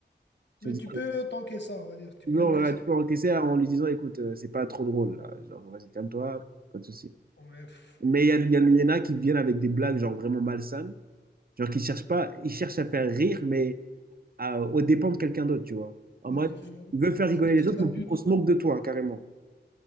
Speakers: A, on the right (about 55°); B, on the left (about 75°).
A: tu
B: Mais
A: vas dire,
B: tu peux tanker ça, on va dire. Tu
A: non,
B: peux encaisser.
A: ouais, tu peux encaisser en lui disant, écoute, euh, c'est pas trop drôle, là. Genre, vas-y, calme-toi, pas de souci.
B: Ouais, f-
A: Mais
B: f-
A: il y, a- il y en il y en a qui viennent avec des blagues, genre, vraiment malsaines. Genre, qui cherchent pas, ils cherchent à faire rire, mais à- au dépens de quelqu'un d'autre, tu vois. En
B: ouais,
A: mode, ils veulent faire
B: je-
A: rigoler les
B: ils
A: autres,
B: abusent.
A: mais on se moque de toi, carrément.